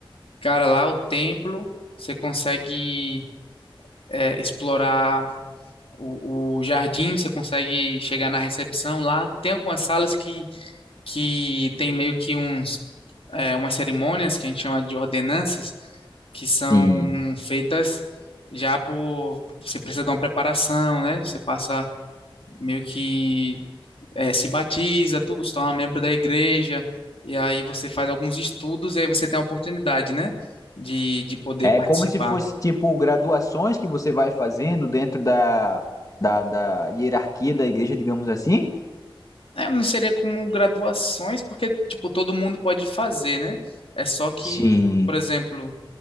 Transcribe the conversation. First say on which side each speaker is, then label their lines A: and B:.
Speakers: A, on the left; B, on the left.
A: Cara, lá o templo, você consegue é, explorar o, o jardim, você consegue chegar na recepção lá. Tem algumas salas que, que tem meio que uns, é, umas cerimônias que a gente chama de ordenanças, que são
B: Sim.
A: feitas já por. Você precisa dar uma preparação, né? Você passa meio que eh, se batiza, tudo, se torna membro da igreja, e aí você faz alguns estudos e aí você tem a oportunidade, né, de, de poder
B: É
A: participar.
B: como se fosse, tipo, graduações que você vai fazendo dentro da, da, da hierarquia da igreja, digamos assim?
A: É, não seria como graduações, porque, tipo, todo mundo pode fazer, né? É só que,
B: Sim.
A: por exemplo,